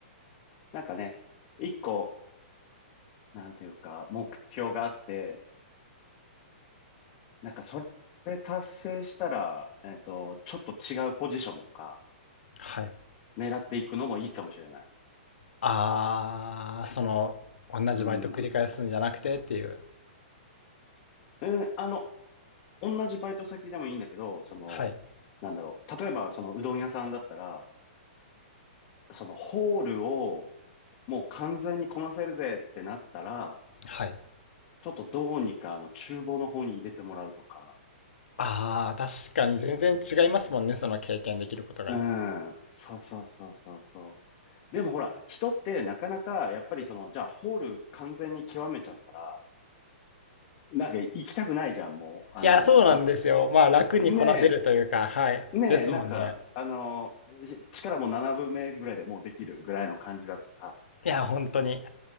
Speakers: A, on the left; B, on the left.
A: なんかね、一個なんていうか、目標があって、なんかそれ達成したら、えっと、ちょっと違うポジションとか
B: はい。
A: 狙っていくのもいいかもしれない。
B: ああ、その、同じバイト繰り返すんじゃなくてっていう。
A: うん。うん、あの、同じバイト先でもいいんだけど、その、
B: はい。
A: なんだろう。例えば、そのうどん屋さんだったら、そのホールをもう完全にこなせるぜってなったら、
B: はい。
A: ちょっとどうにかあの厨房の方に入れてもらうとか。
B: ああ、確かに全然違いますもんね、その経験できることが。
A: うん。そうそうそうそうそう。でもほら、人ってなかなか、やっぱりその、じゃあホール完全に極めちゃったら、なんか行きたくないじゃん、もう。あの、
B: いや、そうなんですよ。
A: あ、
B: まあ、楽にこなせるというか、
A: ね
B: はい。
A: え、ねえ、
B: ですもんね。
A: なんか、あの、し力も7分目ぐらいでもうできるぐらいの感じだとさ、
B: いや、本当に。